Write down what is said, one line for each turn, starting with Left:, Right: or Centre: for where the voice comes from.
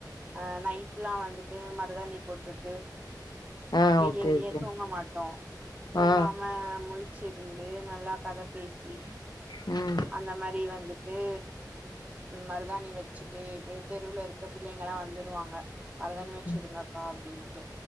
Right: அ நைட்லா வந்துட்டு மருதாணி போட்டுட்டு
Left: ஆ
Right: விடிய
Left: ஓகே
Right: விடிய
Left: ஓகே
Right: தூங்க மாட்டோ தூங்காம
Left: ஆ
Right: முழி ச்சிருந்து நல்லா கத பேசி
Left: ம்
Right: அந்த மாரி வந்து ட்டு மருதாணி வச்சுட்டு தெருவுல இருக்க பிள்ளைங்கலா வந்துருவாங்க மருதாணி வச்சு
Left: ம்.
Right: விடுங்காக்கா அப்டின்ட்டு